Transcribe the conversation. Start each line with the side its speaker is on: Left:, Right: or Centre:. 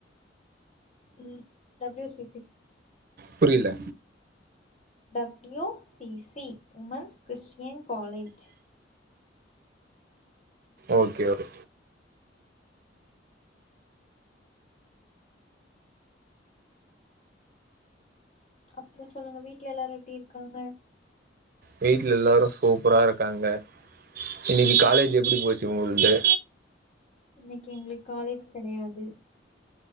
Left: ம் டபுள்யூ சி சி
Right: புரில்ல
Left: W C C women's Christian college
Right: okay okay
Left: அப்பறோ சொல்லுங்க வீட்ல எல்லாரு எப்டி இருக்காங்க
Right: வீட்ல எல்லாரு சூப்பரா இருக்காங்க இன்னக்கி காலேஜ் எப்டி போச்சு உங்கள்து
Left: இன்னக்கி எங்களுக்கு காலேஜ் கெடயாது